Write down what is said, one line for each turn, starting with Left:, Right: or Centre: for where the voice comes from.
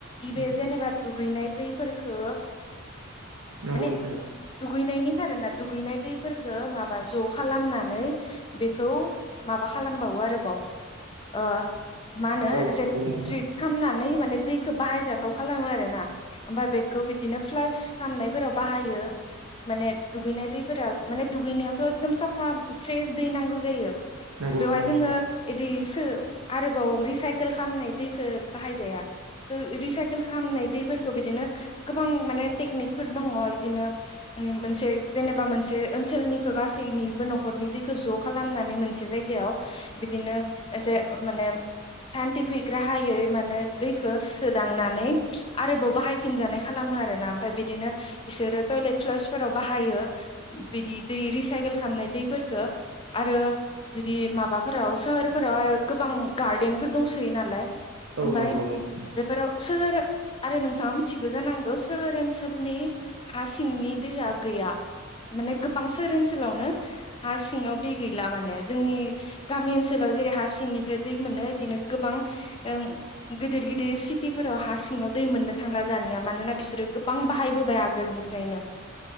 Left: इ बे
Right: उम
Left: जेनबा दुगैनाय दैै फोरखौ
Right: नंगौ
Left: माने
Right: नोंथां
Left: दुगैनायनि खारोना दुगैनाय दै फोरखो माबा ज' खालामनानै बेखौ माबा खालामबावो आरोबाव ओ मा होनो
Right: औ
Left: एसे
Right: नोंथां
Left: ट्रिट खामनानै माने दैखौ बाहायजाथाव खालामो आरो ना। आफाया बेखौ बिदिनो फ्लास खामनायफोराव बाहायो माने दुगैनाय दैफोरा गैनायावथ' एकदम साफा फ्रेस दै नांगौ जायो।
Right: नंगौ
Left: बेवहाय
Right: नोंथां
Left: जोङो
Right: नंगौ
Left: इदि सो आरोबाव रिसाइकोल खालामनाय दैखो बाहायजाया ओ रिसाइकोल खालामनाय दैफोरखौ बिदिनो गोबां माने टेकनिक फोर दङ इदिनो उम मोनसे जेनेबा मोन से ओनसोलनिखौ गासैनिबो न'खरनि दैखौ ज' खालामनानै मोनसे जायगायाव बिदिनो एसे माने साइन्टिफिक राहायै माने दैखो सोदांनानै आरोबाव बाहायफिनजानाय खालामो आरोना ओमफाय बिदिनो बिसोरो टयलेट फ्लस फोराव बाहायो बिदि दै रिसाइकेल खालामनाय दैफोरखो आरो जुदि माबाफोराव सोहोरफोराव आरो गोबां गार्देनफोर दंसोयो नालाय
Right: औ
Left: ओमफाय
Right: नंगौ नोंथां
Left: बेफोराव सोहोर आरो नोंथाङा मिथिगो जानां सोहोर ओनसोलनि हा सिंनि दैया गैया माने गोबां सोहोर ओन सोलावनो हा सिङाव दै गैला माने जोंनि गामि ओनसोलाव जेरै हा सिंनिफ्राय दै मोनो इदिनो गोबां ओ गिदिर गिदिर सिटिफोराव हा सिङाव दै मोननो थांला दानिया मानोना बिसोरो गोबां बाहायबोबाय आगोलनिफ्रायनो